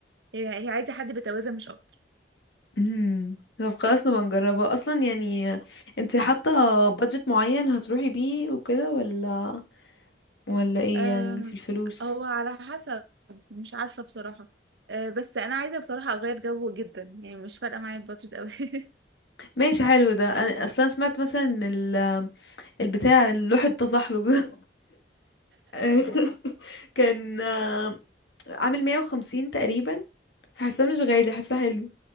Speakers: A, on the right (about 80°); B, on the left (about 75°).
A: هي هي عايزة حد بتوازن مش أكتر
B: امم طب خلاص نبقى نجربها اصلا يعني انت حاطة بادجت معين هتروحي بيه وكده ولا ولا ايه
A: أم،
B: يعني في الفلوس
A: هو على حسب مش عارفة بصراحة أه، بس أنا عايزة بصراحة أغير جو جدا يعني مش فارقة معايا البادجت أوي <laughs>
B: ماشي حلو ده انا اصلا سمعت مثلا ان ال- البتاع اللوح التزحلق ده <laughs> كان آه، عامل 150 تقريبا فحاساه مش غالي حاساه حلو